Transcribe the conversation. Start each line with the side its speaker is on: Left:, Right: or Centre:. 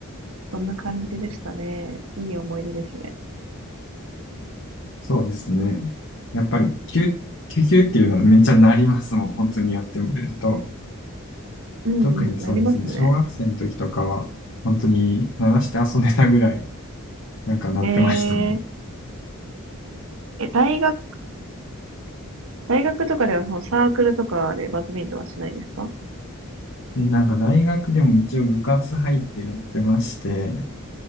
Right: そんな感じでしたね。いい思い出ですね。
Left: そうですね。やっぱり、キュッ、キュキュっていうのはめっちゃなりますもん。本当にやってみると。
Right: うんうん、
Left: 特にそうですね。
Right: なりますね。
Left: 小学生の時とかは、本当に鳴らして遊んでたぐらい、なんか鳴ってましたね。
Right: えー、え、大学、大学とかではそのサークルとかでバドミントンはしないですか
Left: で、なんか大学でも一応部活入ってやってまして、